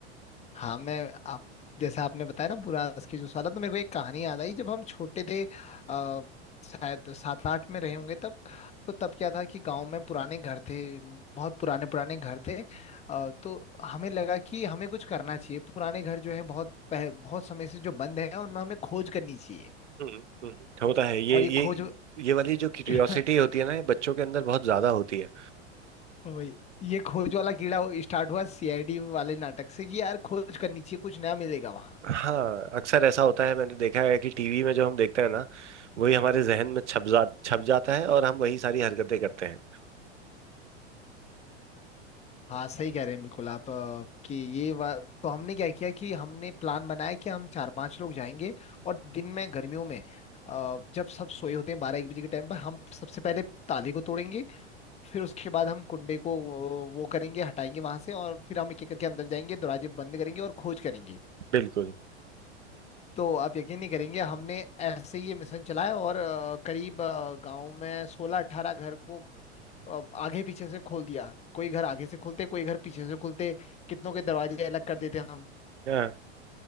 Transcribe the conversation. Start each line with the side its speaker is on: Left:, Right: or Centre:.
Left: हाँ मैं आप जैसे आपने बताया ना बुरास की जो साला तो मेरे को एक कहानी याद आई जब हम छोटे थे आ, शायद सात आठ में रहे होंगे तब तो तब क्या था कि गांव में पुराने घर थे बहुत पुराने पुराने घर थे अ, तो हमें लगा कि हमें कुछ करना चाहिए पुराने घर जो है बहुत पह, बहुत समय से जो बंद है उनमें हमें खोज करनी चाहिए
Right: हम्म हम्म, होता है ये
Left: और ये
Right: ये
Left: खोज
Right: ये वाली जो क्यूरियोसिटी
Left: <laughs>
Right: होती है ना ये बच्चों के अंदर बहुत ज्यादा होती है
Left: वही ये खोज वाला कीड़ा स्टार्ट हुआ सीआईडी वाले नाटक से कि यार खोज करनी चाहिए कुछ नया मिलेगा वहां।
Right: हाँ अक्सर ऐसा होता है मैंने देखा है कि टीवी में जो हम देखते हैं ना वही हमारे जहन में छप जा छप जाता है और हम वही सारी हरकतें करते हैं
Left: हाँ सही कह रहे हैं बिल्कुल आप अ, कि ये वा... तो हमने क्या किया कि हमने प्लान बनाया कि हम चार पांच लोग जाएंगे और दिन में गर्मियों में अ, जब सब सोए होते हैं बारह एक बजे के टाइम पर हम सबसे पहले ताले को तोड़ेंगे फिर उसके बाद हम कुंडे को वो वो करेंगे हटाएंगे वहां से और फिर हम एक एक करके अंदर जाएंगे दरवाजे बंद करेंगे और खोज करेंगे
Right: बिल्कुल
Left: तो आप यकीन नहीं करेंगे हमने ऐसे ही ये मिशन चलाया और अ, करीब गांव में सोलह अठारह घर को अब आगे पीछे से खोल दिया कोई घर आगे से खुलते कोई घर पीछे से खुलते कितनों के दरवाजे अलग कर देते हम
Right: हाँ